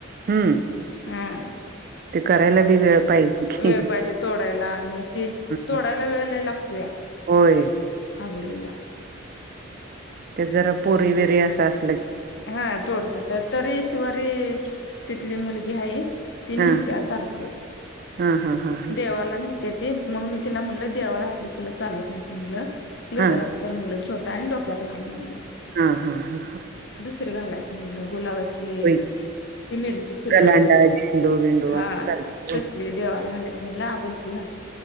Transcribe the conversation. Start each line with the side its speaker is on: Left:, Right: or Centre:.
Right: हम्म.
Left: हां.
Right: ते करायला बी वेळ पाहिजे की
Left: वेळ
Right: हं,
Left: पाहिजे तोडायला आणि ते तोडायला
Right: हं.
Left: वेळ लय लागतोया.
Right: होय
Left: अबोलीला
Right: तेच जरा पोरी बिरी असं अस.
Left: हा तोडते तरी ईश्वरी तिथली मुलगी हाय. ती
Right: हा
Left: नित्या सारखं.
Right: हा हा हा हा
Left: देवाला नेहत्या ती मग मी तिला म्हणल देवाला असली फुलं चालत नाहीत म्हणलं. गजराच
Right: हा
Left: कर म्हणल छोटा आणि डोक्यात घाल म्हणलं.
Right: हा हा हा हा.
Left: कुठं घालायचं म्हणलं गुलाबाची
Right: होय.
Left: ती मिरची फुलं
Right: कलांडा झेंडू बिंडू
Left: हा
Right: असं चालतं
Left: तसली देवाला घालायची. म्हटलं अबोलीची घाला.